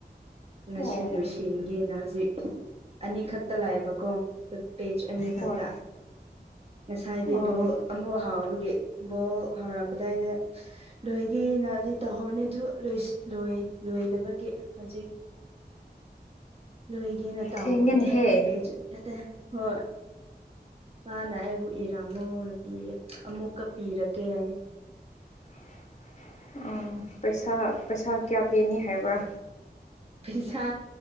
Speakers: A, on the right (about 35°); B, on the left (about 40°).
A: ꯉꯁꯤ
B: ꯑꯣ
A: ꯂꯣꯏꯁꯤꯟꯒꯦꯅ ꯍꯧꯖꯤꯛ ꯑꯅꯤꯈꯛꯇ ꯂꯥꯛꯑꯦꯕꯀꯣ ꯄꯦꯖ ꯑꯅꯤꯈꯛꯇ
B: ꯍꯣꯏ
A: ꯉꯁꯥꯏꯗꯤ
B: ꯑꯣ
A: ꯕꯣꯜ ꯑꯃꯨꯛ ꯍꯥꯎꯕꯒꯤ ꯕꯣꯜ ꯍꯥꯎꯔꯝꯗꯥꯏꯗ ꯂꯣꯏꯒꯦꯅ ꯇꯧꯍꯧꯔꯅꯤ ꯑꯗꯨ ꯂꯣꯏꯁꯤꯟ ꯂꯣꯏ ꯂꯣꯏꯗꯕꯒꯤ ꯍꯧꯖꯤꯛ ꯂꯣꯏꯒꯦꯅ ꯇꯧꯕꯅꯦ
B: ꯊꯦꯡꯉꯦꯅꯦꯍꯦ
A: ꯄꯦꯖ ꯑꯅꯤꯈꯛꯇ ꯍꯣꯏ ꯃꯥꯅ ꯑꯩꯕꯨ ꯏꯔꯥꯃꯣꯅ ꯄꯤꯌꯦ ꯑꯃꯨꯛꯀ ꯄꯤꯔꯀꯦ ꯍꯥꯏ
B: <inaudible> ꯄꯩꯁꯥ ꯄꯩꯁꯥ ꯀꯌꯥ ꯄꯤꯅꯤ ꯍꯥꯏꯕ꯭ꯔꯥ
A: ꯄꯩꯁꯥ